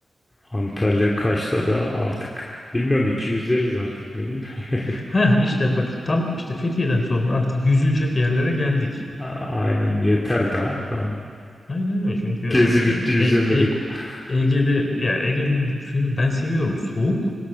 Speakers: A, on the left; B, on the left.
A: Antalya Kaş'ta da artık bilmiyorum iki yüzeriz artık ne bileyim. <laughs>
B: Ha işte bak tam işte Fethiye'den sonra artık yüzülecek yerlere geldik.
A: A- Aynen yeter daha. daha.
B: Aynen öyle çünkü
A: Gezi bitti yüzemedik.
B: E- E- E-
A: <laughs>
B: Ege'de ya Ege'nin suyunu ben seviyorum soğuk